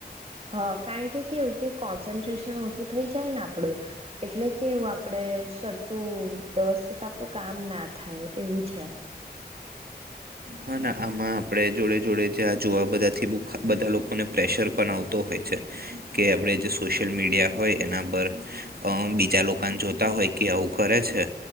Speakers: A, on the right (about 35°); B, on the right (about 65°).
A: હ કારણ કે કેવું કે કોન્સન્ટ્રેશન ઓછું થઈ જાય ને આપડું એટલે કેવું આપડે સરખું વ્યવસ્થિત આપડું કામ ના થાય એવું છે
B: હા આમાં આપે જોડે જોડે જ્યાં જોવા બધાથી બધા લોકો લોકોને પ્રેશર પણ આવતો હોય છે કે આપણે જે સોશિયલ મીડિયા હોય એના પર બીજા લોકોને જોતા હોય કે આવું કરે છે